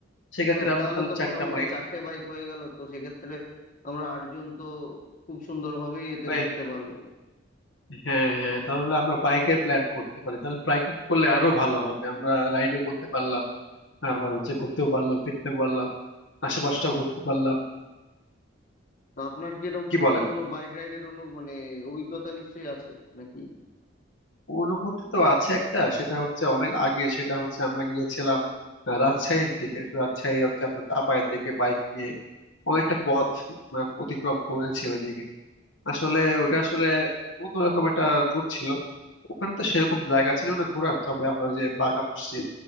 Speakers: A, on the left (about 65°); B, on the left (about 45°).
A: সেক্ষেত্রে
B: ব্যাস
A: আমরা
B: তাহলে
A: তাহলে
B: তো
A: চারটা
B: মোটামুটি
A: বাইক
B: চারটে বাইক হয়ে গেল তো সেক্ষেত্রে আমরা আটজন তো খুব সুন্দরভাবেই এতে
A: হ্যাঁ
B: ঘুরতে পারবো
A: হ্যাঁ তাহলে আমরা বাইকের প্ল্যান করতে পারি তাহলে বাইকে করলে আরো ভালো হবে আমরা রাইডও করতে পারলাম আবার হচ্ছে ঘুরতেও পারলাম ফিরতে পারলাম আশেপাশটাও ঘুরতে পারলাম
B: তো আপনার কি এরকম
A: কি
B: পুরনো
A: বলেন
B: কোনো বাইক রাইডের অনু মানে অভিজ্ঞতা নিশ্চয়ই আছে নাকি
A: অনুভূতি তো আছে একটা সেটা হচ্ছে অনেক আগে সেটা হচ্ছে আমরা গিয়েছিলাম আহ, রাজশাহীর দিকে রাজশাহী হচ্ছে আপনার চাপায়ের দিকে বাইক নিয়ে অনেকটা পথ মানে অতিক্রম করেছি ওইদিকে আসলে ওটা আসলে অন্যরকম একটা ট্যুর ছিল ওখানে তো সেরকম জায়গা ছিল না ঘোরার তবে আমরা ওই যে বাঘা মসজিদ